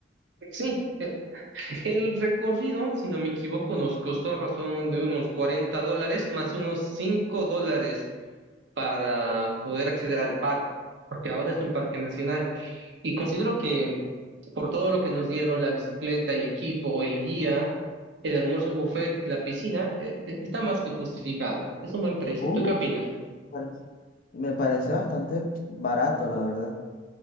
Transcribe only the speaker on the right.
Sí, eh, el recorrido, si no me equivoco, nos costó a razón de unos 40 dólares más unos 5 dólares para poder acceder al parque, porque ahora es un parque nacional. Y considero que por todo lo que nos dieron, la bicicleta, el equipo, el guía, el almuerzo buffet y la piscina, eh, eh, está más que justificado. Es un buen precio.
¿Tú qué opinas?